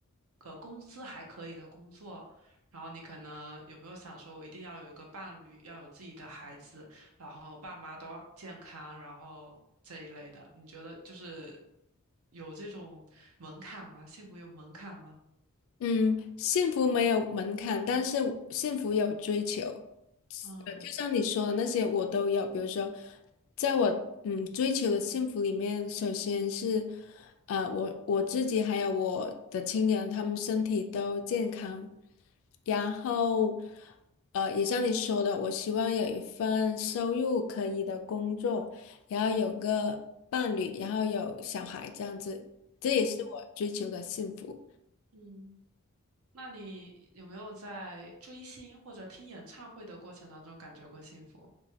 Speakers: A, on the right; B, on the left.
A: 呃工资还可以的工作。然后你可能有没有想说，我一定要有一个伴侣，要有自己的孩子，然后爸妈都健康，然后这一类的。你觉得就是有这种门槛吗？幸福有门槛吗？
B: 嗯，幸福没有门槛，但是幸福有追求。
A: 嗯。
B: 呃，就像你说的那些，我都有。比如说，在我嗯追求的幸福里面，首先是呃我我自己还有我的亲人，他们身体都健康。然后呃，也像你说的，我希望有一份收入可以的工作，然后有个伴侣，然后有小孩，这样子，这也是我追求的幸福。
A: 嗯嗯，那你有没有在追星或者听演唱会的过程当中感觉过幸福？